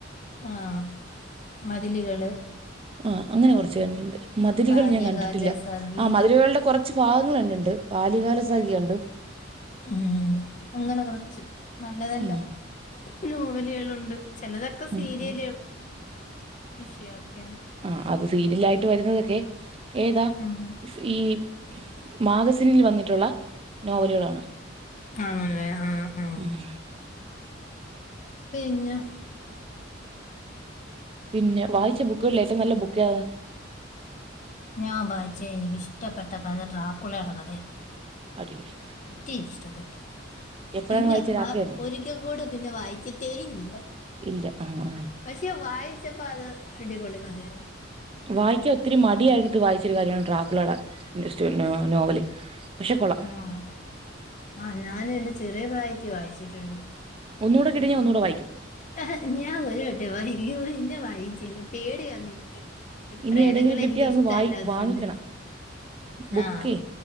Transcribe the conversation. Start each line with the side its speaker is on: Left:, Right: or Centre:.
Left: ആഹ് മതിലികള്.
Right: ആഹ് അങ്ങനെ കുറച്ച് കണ്ടിട്ടുണ്ട് മതിലുകൾ
Left: ബാല്യകാല
Right: ഞാൻ കണ്ടിട്ടില്ല
Left: സഖി
Right: ആ മതിലുകളുടെ കുറ കുറച്ച് ഭാഗങ്ങള് കണ്ടിണ്ട് ബാല്യകാല സഖി കണ്ടു.
Left: ഉം അങ്ങനെ കുറച്ച് നല്ല നല്ല
Right: ഉം
Left: നോവലുകളുണ്ട്. ചിലതൊക്കെ
Right: ഉം
Left: സീരിയല്
Right: ഉം
Left: വിഷയാ ക്കിയാൻ.
Right: ആഹ് അത് സീരിയലായിട്ട് വരുന്നതൊക്കെ ഏതാ
Left: ഉം
Right: ഈ മാഗസനിൽ വന്നിട്ടുള്ള നോവലുകളാണ്
Left: ആണ്ല്ലേ ആഹ് ആഹ്
Right: ഉം
Left: പിന്ന
Right: പിന്നെ വായിച്ച ബുക്കുകളിൽ ഏറ്റവും നല്ല ബുക്കേതാ
Left: ഞാൻ വായിച്ചേ എനിക്കിഷ്ടപ്പെട്ട കഥ ട്രാക്കുളയുടെ കഥയ
Right: അടിപൊളി
Left: ത്തിരി ഇഷ്ടപ്പെട്ട്
Right: എപ്പോഴാണ്
Left: പിന്നെ
Right: വായിച്ചത്
Left: അത് വാ
Right: രാത്രിയായിരുന്നോ
Left: ഒരിക്ക കൂടെ പിന്നെ വായിച്ചിട്ടേ ഇല്ല
Right: ഇല്ല ആ ആ
Left: പക്ഷെ വായിച്ചപ്പ അത് അടിപൊളി കഥയാണ്
Right: വായിക്കാൻ ഒത്തിരി മടിയായിരുന്നിട്ടും വായിച്ചൊരു കാര്യമാണ് ട്രാക്കുളേടെ ഇഷ്ട നോവല് പക്ഷെ കൊള്ളാം
Left: ആണൊ, ആഹ് ഞാനും എന്റെ ചെറിയ പ്രായത്തി വായിച്ചിട്ടുണ്ട്
Right: ഒന്നുകൂടെ കിട്ടിയ
Left: പിന്നെ
Right: ഞാൻ ഒന്നുകൂടെ വായിക്കും
Left: ഞാൻ ഒരു വട്ടെ വായിക്ക്യൂ പിന്നെ വായിച്ചില്ല പേടിയാന്നെ ഈ
Right: ഇനി
Left: പ്രേതങ്ങളെ
Right: എവിടെയെങ്കിലും കിട്ടിയാ
Left: എനിക്ക്
Right: ഒന്ന്
Left: ഇഷ്ടല്ല
Right: വായി
Left: അതുകൊണ്ട്
Right: വാങ്ങിക്കണം ബുക്കേ
Left: ആഹ്